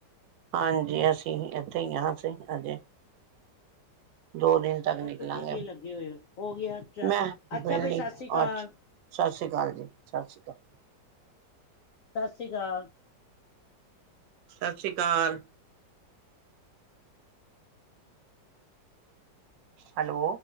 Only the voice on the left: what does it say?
ਹੋਰ
ਤੁਸੀਂ ਕੀ ਲੱਗੇ ਹੋਏ ਹੋ -ਹੋ ਗਿਆ ਅੱਛਾ
ਅੱਛਾ
ਬਈ ਸਤਿ ਸ੍ਰੀ ਅਕਾਲ
ਸਤਿ ਸ਼੍ਰੀ ਅਕਾਲ।